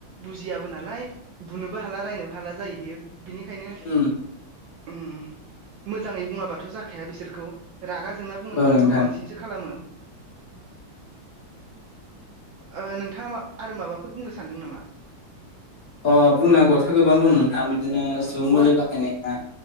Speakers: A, on the right; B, on the left.
A: बुजियाबो नालाय बुनोबो हाला रायनोबो हाला जाहैयो। बिनिखायनो
B: उम
A: उम मोजाङै बुङाबाथ' जाखाया बिसोरखौ। रागा जोंना बुङोब्लाथ'
B: औ नोंथां
A: बांसिनसो खालामो। ओ नोंथाङा मा आरो माबाफोर बुंनो सानदों नामा?
B: अ बुंनांगौआथ' गोबां दं
A: ओ
B: नोंथां बिदिनो
A: ओ
B: सुबुं मुलि
A: वा
B: बाहायनायफ्रा।